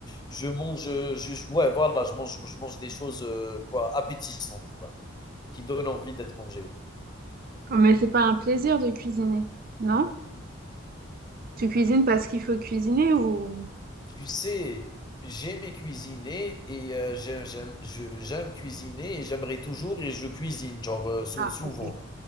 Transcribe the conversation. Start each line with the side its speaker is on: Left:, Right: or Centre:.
Left: je mange, je je ouais voilà, je mange je mange des choses, heu, quoi, appétissantes, quoi qui donne envie d'être mangé.
Right: Oh, Mais c'est pas un plaisir de cuisiner. Non? Tu cuisines parce qu'il faut cuisiner ou...
Left: Tu sais, j'aimais cuisiner et euh, j'ai- j'aime je- j'aime cuisiner et j'aimerais toujours et je cuisine, genre euh, sou-
Right: Ah,
Left: souvent.
Right: ok.